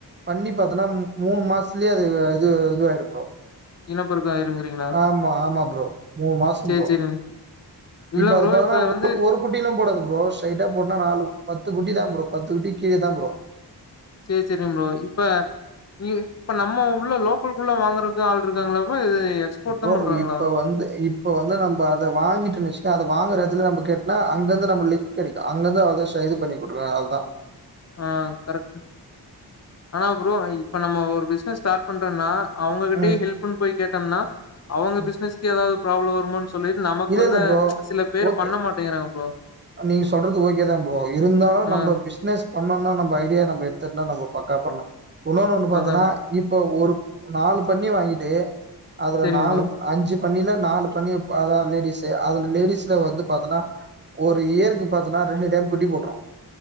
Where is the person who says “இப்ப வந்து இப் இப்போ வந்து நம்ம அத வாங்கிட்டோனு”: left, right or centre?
Right